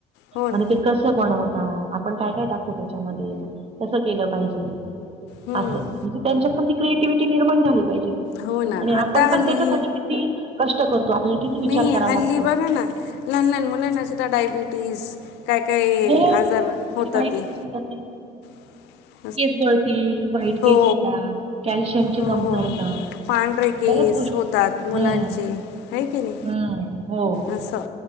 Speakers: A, on the left; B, on the right.
A: हो ना
B: आणि कसं बनवता, आपण काय, काय टाकतो त्याच्यामध्ये, कसं केलं पाहिजे.
A: हम्म.
B: असं म्हणजे त्यांच्यात पण ती क्रिएटिव्हिटी निर्माण झाली पाहिजे
A: हो ना
B: आणि आपण
A: आता हल्ली
B: पण त्याच्यासाठी किती कष्ट करतो आपल्याला किती विचार
A: नाही
B: करावा
A: हल्ली
B: लागतो.
A: बघा लहान, लहान मुलांना सुद्धा डायबिटीस काय, काय
B: हो
A: आजार होतात
B: आणि व्हाईट
A: ते.
B: केस होतात ते
A: <inaudible>
B: केस गळती, वाईट
A: हो
B: केस होतात, कॅल्शियम
A: हो
B: कमतरता.
A: पांढरे केस
B: बऱ्याच गोष्टी
A: होतात मुलांचे
B: हम्म
A: आहे की नाही?
B: हम्म हो
A: असं